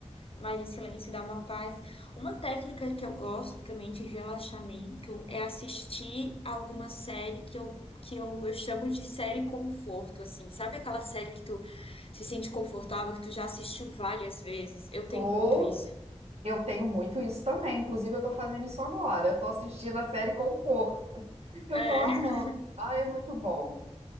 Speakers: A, on the left (about 55°); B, on the right (about 65°).
A: Mas em silêncio dá uma paz. Uma técnica que eu gosto também de relaxamento é assistir alguma série que eu, que eu, eu chamo de série conforto, assim. Sabe aquela série que tu se sente confortável, que tu já assistiu várias vezes? Eu
B: Ou
A: tenho muito isso.
B: Eu tenho muito isso também. Inclusive, eu estou fazendo isso agora. Eu estou assistindo a série Conforto. <laughs> Eu
A: É.
B: estou amando. Ah, é muito bom.